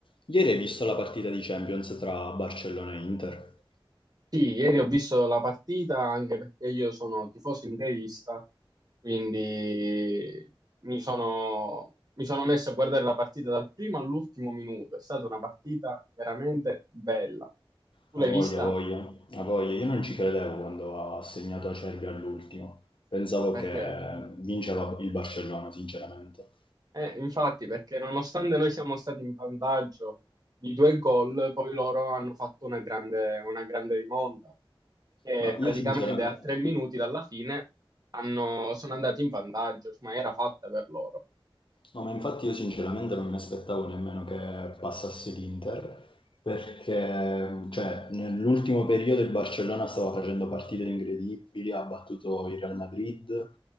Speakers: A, on the left (about 65°); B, on the right (about 45°).
A: Ieri hai visto la partita di Champions tra Barcellona e Inter?
B: Sì, ieri ho visto la partita anche perché io sono tifoso interista, quindi mi sono, mi sono messo a guardare la partita dal primo all'ultimo minuto. È stata una partita veramente bella. Tu
A: A
B: l'hai
A: voglia,
B: vista?
A: a voglia, a voglia. Io non ci credevo quando ha segnato Acerbi all'ultimo. Pensavo
B: No, perché
A: che vinceva il Barcellona, sinceramente.
B: Eh, infatti, perché nonostante noi siamo stati in vantaggio di due gol, poi loro hanno fatto una grande, una grande rimonta. E
A: Ma
B: praticamente
A: io sinceramente...
B: a tre minuti dalla fine hanno- sono andati in vantaggio, ma era fatta per loro.
A: No, ma infatti io sinceramente non mi aspettavo nemmeno che passasse l'Inter, perché cioè, nell'ultimo periodo il Barcellona stava facendo partite incredibili, ha battuto il Real Madrid,